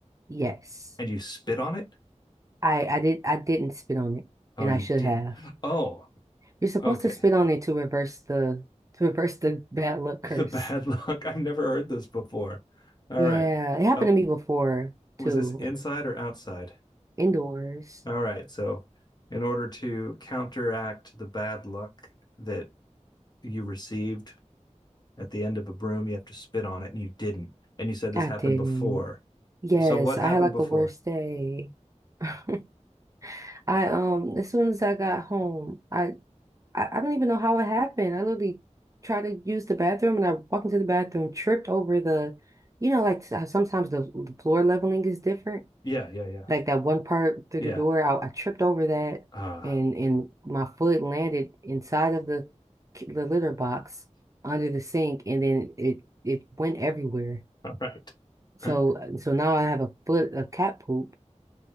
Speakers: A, on the right (about 25°); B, on the left (about 35°).
A: Yes.
B: and you spit on it?
A: I, I did. I didn't spit on it,
B: Oh,
A: and
B: you
A: I should
B: did.
A: have.
B: Oh,
A: You're supposed
B: okay.
A: to spit
B: <laughs>
A: on it to reverse the to reverse the bad luck curse.
B: The bad luck. I've never heard this before. All
A: Yeah,
B: right.
A: it happened
B: Oh,
A: to me before too.
B: was this inside or outside?
A: Indoors.
B: All right. So, in order to counteract the bad luck that you received at the end of a broom, you have to spit on it, and you didn't. And you said this
A: I
B: happened
A: didn't.
B: before.
A: Yes,
B: So, what
A: I
B: happened
A: had like
B: before?
A: the worst day. <laughs> I um as soon as I got home, I, I I don't even know how it happened. I literally tried to use the bathroom and I walked into the bathroom, tripped over the, you know, like how sometimes the, the floor leveling is different.
B: Yeah, yeah, yeah,
A: Like that one part through
B: yeah.
A: the door, I, I tripped over that
B: Ah,
A: and and my foot landed inside of the the litter box under the sink and then it it went everywhere.
B: all right.
A: So
B: <laughs>
A: uh, so now I have a foot of cat poop,